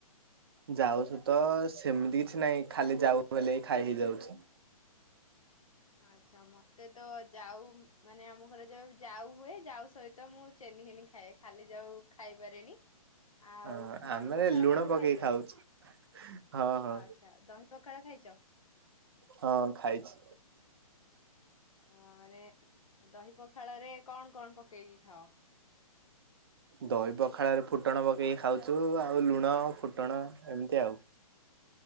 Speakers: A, on the right (about 40°); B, on the left (about 65°).
A: ଯାଉ ସାହିତ ସେମିତି କିଛି ନହିଁ ଖାଲି ଯାଉ ବଲେ ଖାଇ ହେଇ ଯାଉଛି।
B: ଆଚ୍ଛା ମତେ ତ ଯାଉ ମାନେ ଆମ ଘରେ ଯୋଉ ଯାଉ ହୁଏ ଯାଉ ସହିତ ତ ମୁଁ ଚିନି ଘେନି ଖାଏ ଖାଲି ଯାଉ ଖାଇପାରେନି। ଆଉ
A: ହଁ ଆମେ
B: ଦହି ପଖାଳ
A: ଲୁଣ
B: କେବେ
A: ପକେଇକି
B: ଖାଇଛ?
A: ଖାଉଛୁ ହଁ। ହଁ
B: ଅ ଆଚ୍ଛା ଦହି ପଖାଳ ଖାଇଛ?
A: ହଁ ଖାଇଛି।
B: ଅ ମାନେ ଦହି ପଖାଳରେ କଣ କଣ ପକେଇକି ଖାଅ?
A: ଦହି ପଖାଳରେ ଫୁଟଣ ପକେଇକି ଖାଉଛୁ ଆଉ ଲୁଣ ଫୁଟଣ ଏମିତି ଆଉ।